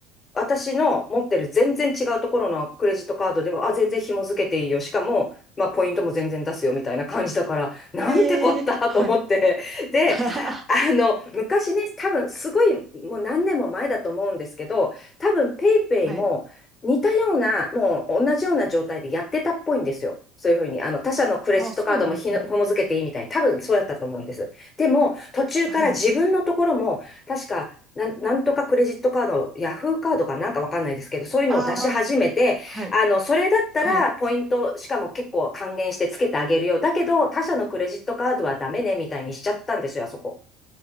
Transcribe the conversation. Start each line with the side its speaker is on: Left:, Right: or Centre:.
Left: 私の持ってる全然違うところのクレジットカードでは、あ、全然紐付けていいよ。しかも、まあ、ポイントも全然出すよみたいな感じだから、<laughs> なんてこったと思って。
Right: えー、はい。
Left: で、
Right: <laughs>
Left: あの、昔ね、多分すごい、もう何年も前だと思うんですけど、多分ペイペイも似たような、
Right: はい。
Left: もう同じような状態でやってたっぽいんですよ。そういうふうに、あの、他社のクレジットカードもひの紐付けていいみたいに、
Right: あ、そうなんですね。
Left: 多分そうやったと思うんです。でも、途中から自分のところも、
Right: はい。
Left: 確か、なん、なんとかクレジットカード、ヤフーカードかなんかわかんないですけど、そういうのを出し始めて、
Right: ああー、はい。
Left: あの、それだったらポイント、
Right: はい。
Left: しかも結構還元してつけてあげるよ。だけど、他社のクレジットカードはダメね、みたいにしちゃったんですよ、あそこ。